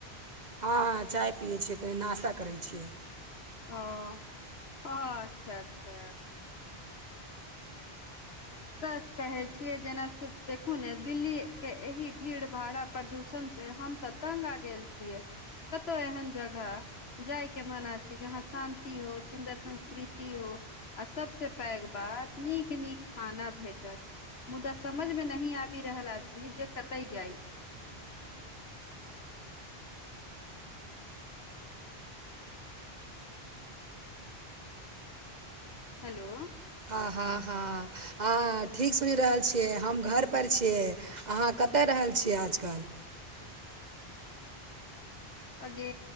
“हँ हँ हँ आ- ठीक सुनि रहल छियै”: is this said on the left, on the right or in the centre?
Right